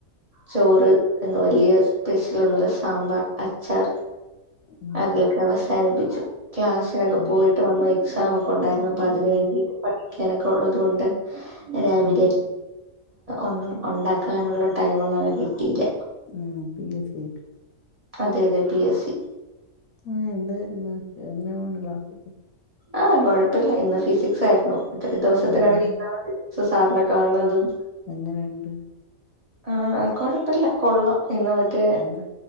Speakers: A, on the right (about 30°); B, on the left (about 75°).
A: ചോറ് എന്നന്ന് വലിയ സ്പെഷ്യൽ ഒന്നുംുമല്ല സാമ്പാർ അച്ചാർ
B: ഉം.
A: അതിലൊക്കെ അവസാനിപ്പിച്ചു ക്ലാസ്സിനൊക്കെ
B: ഉം.
A: പോയിട്ട് വന്നു എക്സാം ഒക്കെ ണ്ടായിരുന്നു അപ്പൊ
B: ഉം.
A: അതിനന് വേണ്ടിട്ട് പഠിക്കാനൊക്കെ ഉള്ളതൊണ്ട് രാവിലെ
B: ഉം.
A: ഒന്നും ഉണ്ടാക്കാനുള്ള ടൈമ ഒന്നുംക്കെ കിട്ടിയില്ല
B: ഉം പി സ
A: അതെ അതെ പി എസ് സി
B: ആ എന്തായിരുന്നു എങ്ങനെ പോണ് ക്ലാസ്ൽ
A: ആഹ് കുഴപ്പമില്ല ഇന്ന് ഫിസിക്സ് ആയിരുന്നു ഇത്ര ദിവസത്തിനിടക്ക്
B: ഉം.
A: ഇന്നാണ് ഫിസിക്സ് സാറിനെ കാണുന്നതും
B: അങ്ങനെണ്ട്
A: ആ കൊഴപ്പില്ല കൊള്ളാം ഇന്ന് മറ്റേ
B: എന്താ